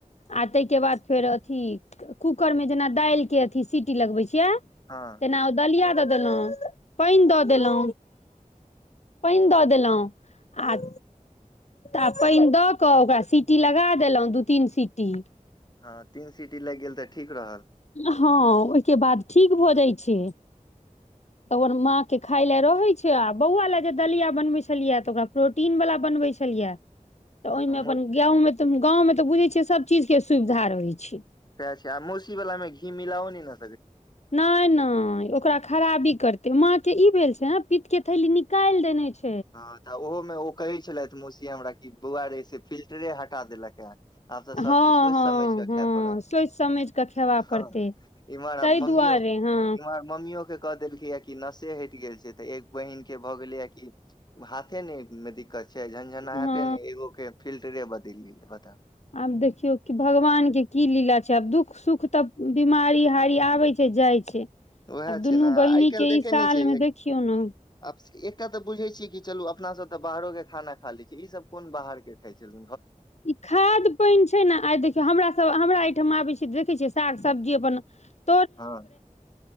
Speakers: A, on the left; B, on the left.
A: आ ताहि के बाद फेर अथी कूकर मे जेना दाइल के अथी सीटी लगबै छी
B: हँ
A: तेना दलिया ददेलउ पाइन देलउ पाइन दऽ देलउ आ तऽ आ पाइन दऽ कऽ ओकरा सीटी लगा देलहुँ दू तीन सीटी
B: हं तीन सिटी लागि गेल तऽ ठीक रहल
A: हँ ओहिके बाद ठीक भऽ जाइ छै
B: <unintelligible>
A: त ओकर माँ के खाय ले रहे छै आ बौआ ले जे दलिया बनवे छलिये ते ओकरा प्रोटीन वाला बनवै छलिय यै तऽ ओहिमे
B: हमहुँ
A: अपन गावं मे तऽ गाँव तऽ बुझै छियै सब चीज के सुविधा रहै छै
B: से मौसी बलामे घी मिलाउनी नै
A: नहि नहि ओकरा खराबी करतै माछ के ई भेल छै ने पित के थैली निकालि देने छै
B: हाँ तऽ ओहोमे ओ कहै छलथि मौसी हमरा कि बौआ रे से फिल्टरे हटा देलक हे आब तऽ सब
A: हँ
B: चीज सोचि
A: हँ
B: समझ क
A: हँ
B: खाय पड़त
A: सोचि समझि कऽ खेबा
B: ह
A: पड़तै
B: इमहर
A: ताहि
B: मम्मी
A: दुआरे
B: इम्हर
A: हँ
B: मम्मीयो के कह देलकै या कि नसे हटि गेल छै तऽ एक बहिन के भऽ गेलै हय कि हाथे नहि मे दिक्कत छै झनझना
A: हँ
B: हेते ने एगो के फिल्टरे बदलि बता
A: आबत देखियौ कि भगवान के की लीला छै आब दुःख सुख तऽ बिमारी हारी आबे छै जाइ छै
B: उएह
A: आब दुनू
B: छै ने आइ
A: बहिनी
B: काल्हि
A: के
B: देखे
A: ई साल
B: नहि छियै
A: मे देखियौ ना
B: आब एकटा तऽ बुझै छी कि चलू अपना सब तऽ बाहरो के खाना खा ले छी ई सब कोन बाहर के खाइ छल
A: ई खाद पानि छै ने आइ देखियौ हमरा सब हमरा एहिठाम आबै छै देखै छिय साग सब्जी बनल
B: हाँ